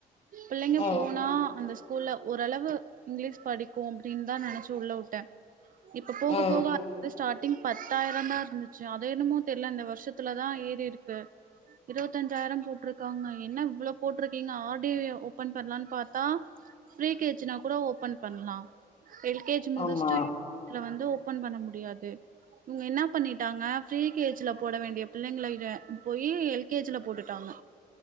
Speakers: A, on the right; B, on the left.
A: பிள்ளைங்க
B: ம்
A: போனா அந்தஸ் கூல்ல ஓரளவு இங்லீஷ் படிக்கூ அப்டின்தா நெனச்சி உள்ள உட்டே இப்ப போக
B: ம்
A: போக அந்து ஸ்டார்ட் டிங் பத்தாயிரோதா இருந்துச்சு அத என்னமோ தெர்ல அந்த வருஷத்துலதா ஏறிருக்கு இருவத்தஞ்சாயிரோ போட்ருக்காங்க என்ன இவ்ளோ போட்ருக்கீங்க ஆர் டி ய ஓபன் பண்லானு பாத்தா ஃப்ரீ கே ஜி னா கூட ஓபன் பண்லா எல் கே ஜி முடிச்ட்டு
B: ஆமா
A: இதுல வந்து ஓபன் பண்ண முடியாது இவங்க என்னா பண்ணிட்டாங்க பிரீ கே ஜி ல போட வேண்டிய பிள்ளைங்ளல்க போயி எல் கே ஜி ல போட்டுட்டாங்க